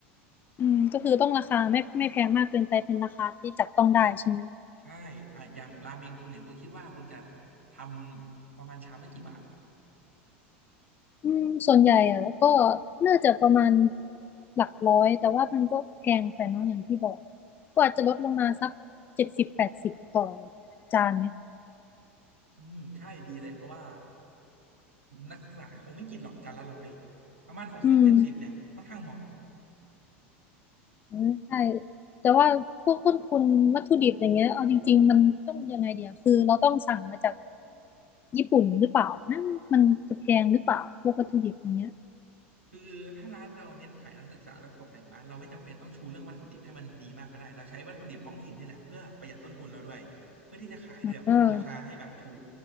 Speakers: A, on the left; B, on the right.
A: อืมก็คือต้องราคาไม่ไม่แพงมากเกินไปเป็นราคาที่จับต้องได้ใช่ไหม
B: ใช่อ่ะอย่างราเมงคุณเนี่ยคุณคิดว่าคุณจะทำประมาณชามละกี่บาท
A: อืมส่วนใหญ่อ่ะก็น่าจะประมาณหลักร้อยแต่ว่ามันก็แพงไปเนาะอย่างที่บอก ก็อาจจะลดลงมาสักเจ็ดสิบแปดสิบต่อจานไหม
B: อืมใช่ดีเลยเพราะว่านักศึกษาคงไม่กินหรอกจานละร้อยประมาณหกสิบเจ็ดสิบเนี่ยค่อนข้างเหมาะ
A: อืมอืมใช่แต่ว่าพวกต้นทุนวัตถุดิบอย่างเงี้ยเอาจริงๆมันต้องยังไงเดียวคือเราต้องสั่งมาจากญี่ปุ่นหรือเปล่านะมันจะแพงหรือเปล่าพวกวัตถุดิบอย่างเงี้ย
B: คือถ้าร้านเราเน้นขายนักศึกษาและตกแต่งร้านเราไม่จำเป็นต้องชูเรื่องวัตถุดิบให้มันดีมากก็ได้เราใช้วัตถุดิบท้องถิ่นนี่แหละเพื่อประหยัดต้นทุนเราด้วยเพื่อที่จะขายได้แบบคงราคาให้แบบถูก
A: เออ